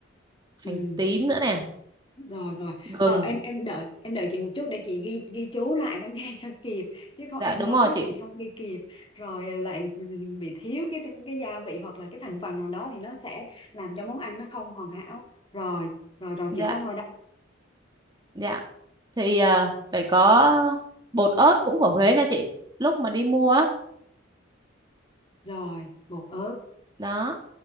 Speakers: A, on the right; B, on the left.
A: hành
B: ừ
A: tím nữa nè,
B: rồi rồi
A: gừng.
B: ờ, em em đợi em đợi chị một chút để chị ghi ghi chú lại nó <laughs> nghe cho kịp chứ không
A: Dạ
B: em
A: đúng
B: nói
A: rồi chị.
B: chị không ghi kịp rồi ờ, lại bị thiếu cái cái gia vị hoặc là cái thành phần nào đó thì nó sẽ làm cho món ăn nó không hoàn hảo rồi rồi rồi
A: Dạ,
B: chị xong rồi đây
A: dạ. Thì à, phải có bột ớt cũng của Huế nha chị. Lúc mà đi mua á,
B: rồi bột ớt
A: đó